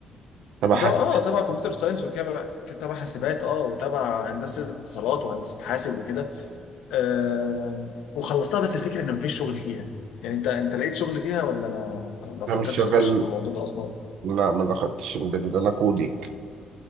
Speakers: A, on the right; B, on the left.
A: تبع
B: وطبعا
A: حاسب
B: اه تبع كمبيوتر ساينس وكده كان تبع حاسبات اه وتبع هندسه اتصالات وهندسه حاسب وكده آم، وخلصتها بس الفكرة ان مفيش شغل فيها يعني انت انت لقيت شغل فيها ولا ما ما فكرتش
A: أنا مش شغال
B: تخش في الموضوع ده اصلا
A: لا ما دخلتش embedded، أنا كودينج